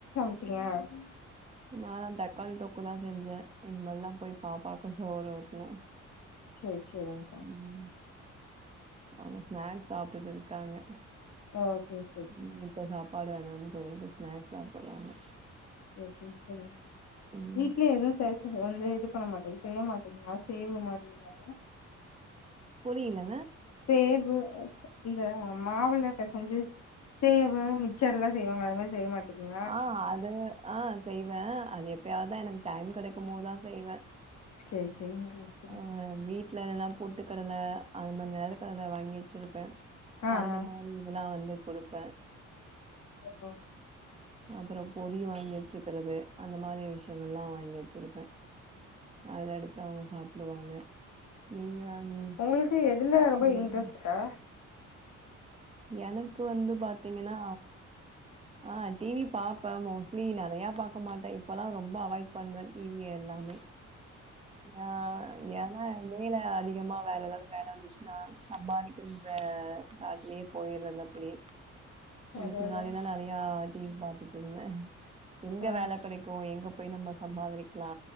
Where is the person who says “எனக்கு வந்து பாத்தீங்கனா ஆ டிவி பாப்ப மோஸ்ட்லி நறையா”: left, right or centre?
Right